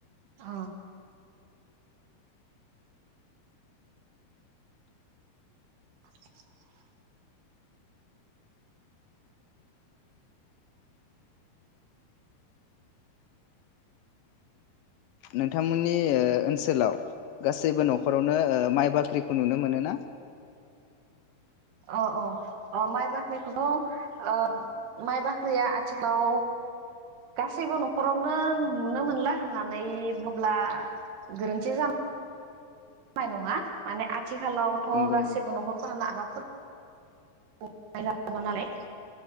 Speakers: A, on the right; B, on the left.
A: अ। <unintelligible>
B: नोंथांमोननि ओनसोलाव गासैबो नखरावनो ओ माइ बाख्रिखौ नुनो मोनो ना?
A: अ अ अ माइ बाख्रिखौथ' ओ माइ बाख्रिया आथिखालाव गासैबो नखरावनो नुनो मोनला होननानै बुंब्ला गोरोन्थि जा नाय नङा। माने आ थिखालावथ'
B: नंगौ
A: गासैबो
B: नामा
A: नखरफोरानो आबाद <inaudible> नालाय।